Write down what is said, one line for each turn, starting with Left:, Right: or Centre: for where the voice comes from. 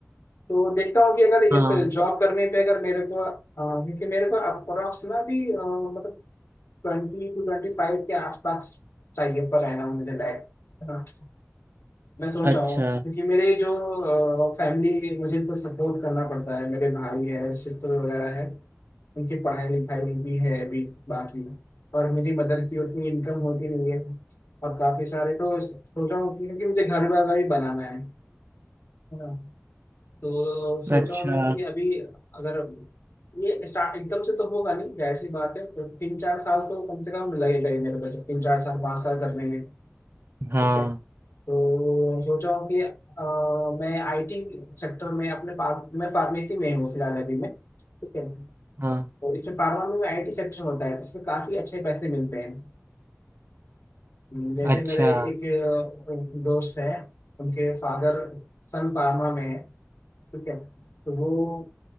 Left: तो देखता हूँ कि अगर इस
Right: हाँ
Left: जॉब करने पे अगर मेरे को अ, क्योंकि मेरे को अप्रोक्स ना भी अ, मतलब ट्वेंटी टू ट्वेंटी फाइव के आसपास चाहिए पर रहना मुझे लाइक हाँ, मैं सोच
Right: अच्छा
Left: रहा हूँ क्योंकि मेरे जो फैमिली मुझे इनको सपोर्ट करना पड़ता है मेरे भाई है सिस्टर वगैरह है उनकी पढ़ाई लिखाई भी है अभी बाकी और मेरी मदर की उतनी इनकम होती नहीं है और काफी सारे तो सोच रहा हूँ कि- क्योंकि मुझे घर वगैरह भी बनाना है है ना तो सोचा
Right: अच्छा
Left: हुआ मैं कि अभी अगर ये स्टार्ट एकदम से तो होगा नहीं जाहिर सी बात है तो तीन चार साल तो कम से कम लगेगा ही मेरे पास तीन चार साल पाँच साल करने में ठीक
Right: हाँ
Left: है तो सोचा हूँ कि अ, मैं आईटी सेक्टर में अपने फार्म मैं फार्मेसी में हूँ फिलहाल अभी मैं ठीक है
Right: हाँ
Left: तो इसमें फार्मा में आईटी सेक्टर होता है तो इसमें काफ़ी अच्छे पैसे मिलते हैं हम्म, जैसे
Right: अच्छा
Left: मेरे एक अ, दोस्त है उनके फादर सन फार्मा में है ठीक है तो वो